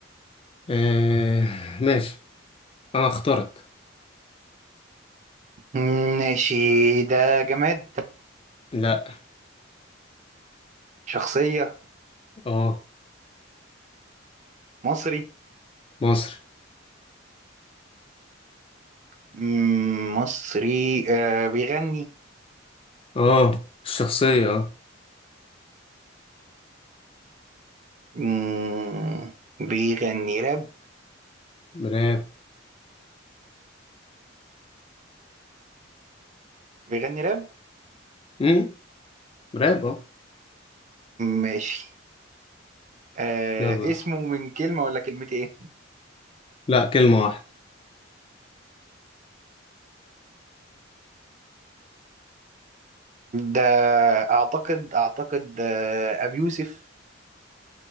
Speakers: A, on the left; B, on the right.
A: آه، ماشي انا اخترت
B: مم، ماشي ده جماد
A: لا
B: شخصية
A: اه
B: مصري
A: مصري
B: مم، مصري آه بيغني
A: اه الشخصيه اه
B: مم، بيغني راب
A: براب
B: بيغني راب
A: امم براب اه
B: ماشي آه
A: يلا
B: اسمه من كلمة ولا كلمة ايه
A: لا كلمه واحده
B: ده اعتقد اعتقد آه ابي يوسف